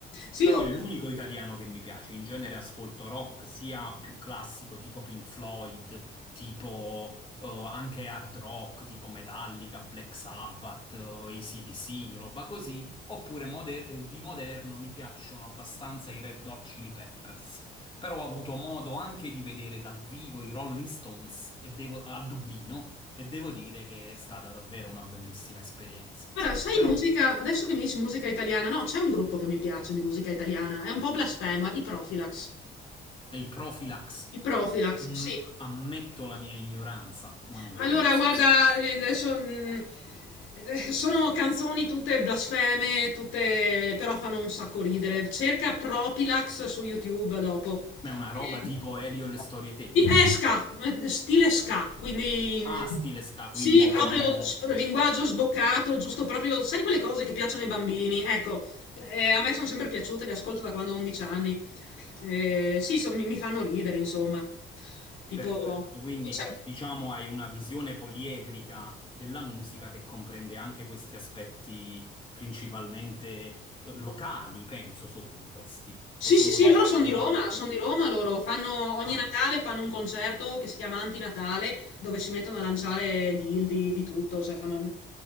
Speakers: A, on the left; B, on the left.
A: Sì,
B: Però
A: ho...
B: è l'unico italiano che mi piace. In genere ascolto rock sia più classico, tipo Pink Floyd, tipo eh, anche hard rock, tipo Metallica, Black Sabbath, eh, AC/DC, roba così. Oppure mode- eh, di moderno mi piacciono abbastanza i Red Hot Chili Peppers. Però ho avuto modo anche di vedere dal vivo i Rolling Stones e devo- a Dublino e devo dire che è stata davvero una bellissima esperienza.
A: Guarda, sai
B: Però
A: musica, adesso che mi dici musica italiana, no, c'è un gruppo che mi piace di musica italiana, è un po' blasfemo, eh, i Profilax.
B: è il Profilax.
A: I Profilax,
B: Mm,
A: sì.
B: ammetto la mia ignoranza, ma non
A: Allora,
B: li conosco.
A: guarda, eh, adesso mm, eh, sono canzoni tutte blasfeme, tutte però fanno un sacco ridere. Cerca Profilax su YouTube dopo.
B: Ma è una
A: Eh,
B: roba tipo Elio e le storie tese.
A: Sì, È ska, eh, stile ska, quindi mm,
B: Ah, stile ska,
A: sì,
B: quindi diciamo
A: proprio s- linguaggio sboccato, giusto proprio, sai quelle cose che piacciono ai bambini? Ecco, eh, a me sono sempre piaciute, le ascolto da quando ho 11 anni. Eh, sì, so- mi, mi fanno ridere, insomma. Tipo,
B: perfetto. Quindi
A: tipo c'è
B: diciamo hai una visione poliedrica della musica che comprende anche questi aspetti principalmente eh, locali, penso sono questi,
A: Sì,
B: o sono
A: sì, sì,
B: diciamo
A: loro sono di
B: noti.
A: Roma, sono
B: eh.
A: di Roma, loro fanno ogni
B: Ah.
A: Natale
B: sì.
A: fanno un concerto che si chiama Antinatale, dove si mettono a lanciare dildi di tutto, cioè fanno,